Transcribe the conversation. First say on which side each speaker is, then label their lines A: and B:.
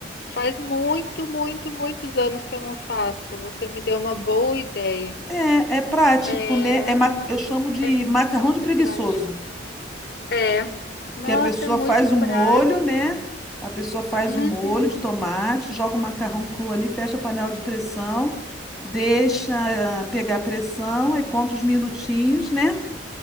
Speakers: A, on the left; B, in the centre.
A: faz muito, muito, muitos anos que eu não faço. Você me deu uma boa ideia.
B: É, é prático,
A: É,
B: né? É ma- Eu chamo de
A: É muito
B: macarrão de preguiçoso,
A: prático. É. Nossa,
B: porque a pessoa
A: é muito
B: faz o
A: prático.
B: molho, né? A pessoa faz
A: Uhum.
B: o molho de tomate, joga o macarrão cru ali, fecha a panela de pressão, deixa ah, pegar a pressão, aí conta os minutinhos, né?